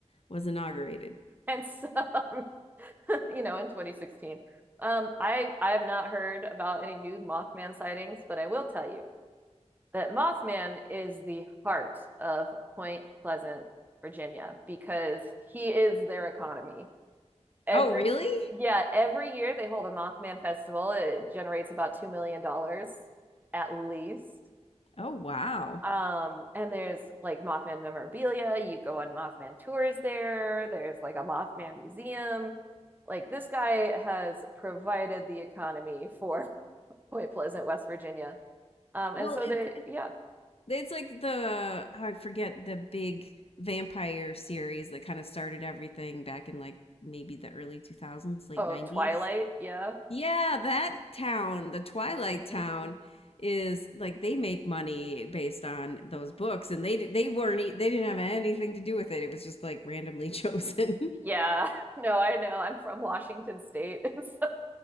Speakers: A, on the left; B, on the right.
A: was inaugurated.
B: And so, <laughs> you know, in 2016, um, I I have not heard about any new Mothman sightings, but I will tell you that Mothman is the heart of Point Pleasant, Virginia, because he is their economy. Every
A: Oh, really?
B: yeah, every year they hold a Mothman Festival. It generates about two million dollars at least.
A: Oh, wow.
B: Um, and there's like Mothman memorabilia. You go on Mothman tours there. There's like a Mothman museum. Like this guy has provided the economy for <laughs> Point Pleasant, West Virginia. Um,
A: Well,
B: and so
A: it's
B: they,
A: it's
B: yeah.
A: it's like the oh, I forget the big vampire series that kind of started everything back in like maybe the early 2000s, late
B: Oh,
A: 90s.
B: Twilight, yeah.
A: Yeah, that town, the Twilight
B: Mhm.
A: Town, is like they make money based on those books, and they they weren't e- they didn't have anything to do with it. It was just like randomly <laughs> chosen.
B: Yeah. <laughs> No, I know. I'm from Washington State. <laughs> So